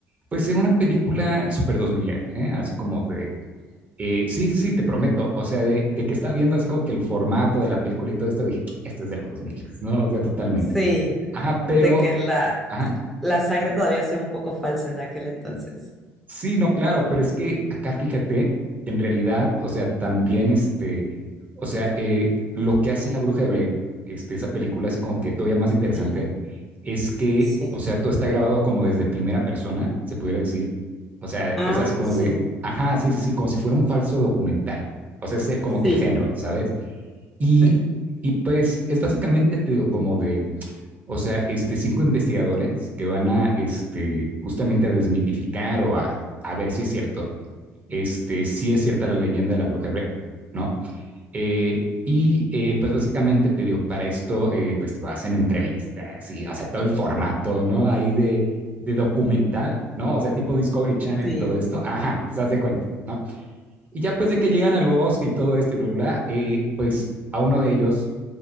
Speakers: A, on the right (about 30°); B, in the centre.
A: pues era una película súper dos milera, ¿eh? Así como de Eh, sí, sí, sí, te prometo. O sea, de, de que estaba viendo así como que el formato de la película y todo esto, dije, este es de los 2000, ¿no? O sea, totalmente.
B: Sí,
A: Ajá, pero,
B: de que la,
A: ajá,
B: la sangre todavía se ve un poco falsa en aquel entonces.
A: sí, no, claro, pero es que acá fíjate, en realidad, o sea, también este, o sea, eh, lo que hace La Bruja de Blair, este, esa película así como que todavía más interesante,
B: Ajá,
A: es que,
B: sí.
A: o sea, todo está grabado como desde primera persona, se pudiera decir. O sea,
B: Ah,
A: es así como
B: sí.
A: de, ajá, sí, sí, sí, como si fuera un falso documental. O sea, es el- como que
B: Sí,
A: el género, ¿sabes? Y,
B: sí.
A: y pues es básicamente, te digo, como de, o sea, este, cinco investigadores que van a, este, justamente a desmitificar o a, a ver si es cierto, este, si es cierta la leyenda de la bruja hebrea, ¿no? Eh, y eh, pues básicamente te digo, para esto, eh, pues te hacen entrevistas y, o sea, todo el formato, ¿no? Ahí de, de documental, ¿no? O sea, tipo Discovery Channel
B: Sí,
A: y todo esto. Ajá, pues haz de cuenta, ¿no? Y ya pues de que llegan al bosque y todo esto y bla, bla, bla eh, pues a uno de ellos